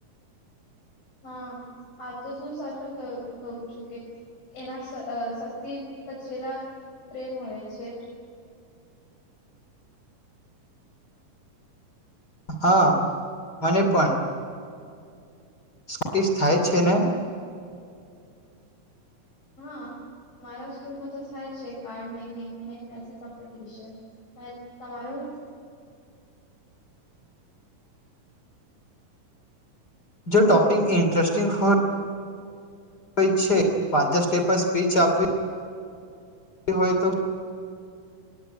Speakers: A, on the left; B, on the left.
A: હા આ તો શું સાચું કું છું કે એના શક્તિ પછેલા પ્રેમ હોય છે
B: હા મને પણ સ્ુટી થાય છે ને
A: હા મારા સ્કૂલમાં તો થાય છે કાર્ડ મેકિંગ અને એ કોમ્પિટિશન અને તમારો
B: જો ટોપિક ઇન્ટરેસ્ટિંગ હોય હોય છે વાધ સ્ટે પર સ્પીચ આપવી હોય તો